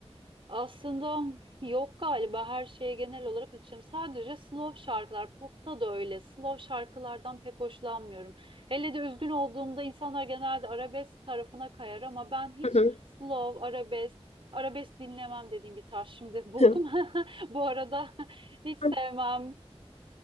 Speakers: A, on the right; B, on the left.
A: Aslında yok galiba her şeye genel olarak açığım. Sadece slow şarkılar, popta da öyle. Slow şarkılardan pek hoşlanmıyorum. Hele de üzgün olduğumda insanlar genelde arabesk tarafına kayar ama ben hiç
B: Hı
A: slow, arabesk, arabesk dinlemem dediğim bir tarz şimdi buldum.
B: hı.
A: <laughs> Bu arada <laughs> hiç
B: <laughs>
A: sevmem.